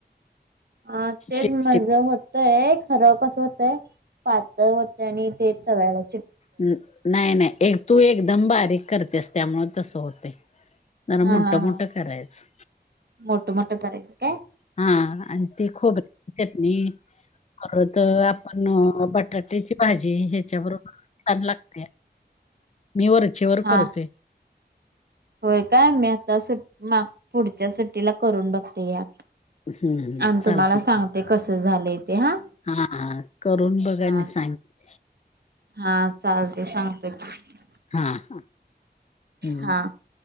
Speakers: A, on the right; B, on the left.
A: अ तेच.
B: टेस्टी
A: म्हणल होत एक. खर कसं होतय. पातळ होत आणि ते चवयला
B: नाय नाय. एक तू एकदम बारीक करतेस. त्यामुळ तसं होतय. जरा
A: हा
B: मोठं
A: हा
B: मोठं
A: हा
B: करायच.
A: मोठं मोठं करायच काय?
B: हा आणि ती खोबऱ्याची चटणी. परत. आपण बटाट्याची भाजी. ह्याच्या बरोबर छान लागतेया. मी वरचेवर
A: हा
B: करतोय.
A: होय काय? मी आता सुट म पुढच्या सुट्टीला करून बघते या.
B: हम्म
A: अन,
B: चालते
A: तुम्हाला सांगते. कस झालं ते. हा.
B: हा हा. करून बघान
A: हा
B: सांगे
A: हा चालते. सांगत की.
B: हा हा हम्म.
A: हा